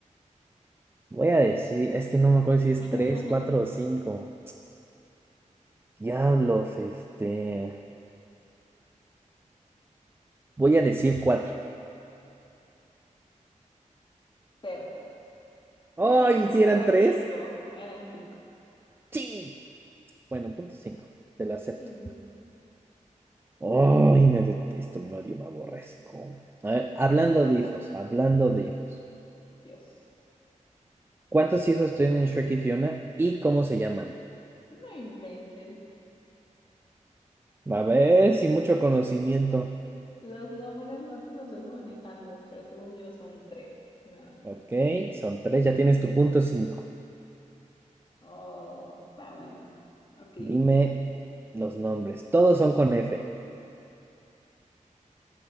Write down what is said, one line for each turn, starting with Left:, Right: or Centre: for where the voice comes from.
Right: Voy a decir, es que no me acuerdo si es
Left: <laughs>
Right: tres, cuatro o cinco. Diablos, este. Voy a decir cuatro.
Left: Cerca. Te
Right: ¡Ay!
Left: voy a dar punto
Right: si eran tres?
Left: cinco. Eran cinco.
Right: Sí. Bueno, punto cinco. Te lo acepto.
Left: In-
Right: ¡Ay! me detesto, me odio, me aborrezco. A ver, hablando de hijos, hablando de hijos.
Left: Dios.
Right: ¿Cuántos hijos tienen Shrek y Fiona y cómo se llaman?
Left: No inventes.
Right: A ver,
Left: Eh,
Right: sin mucho conocimiento.
Left: Los nombres no te los vengo manejando, pero según yo son tres, nada más.
Right: Ok, son tres, ya tienes tu punto cinco.
Left: Oh, está bueno. Ok.
Right: Dime los nombres. Todos son con F.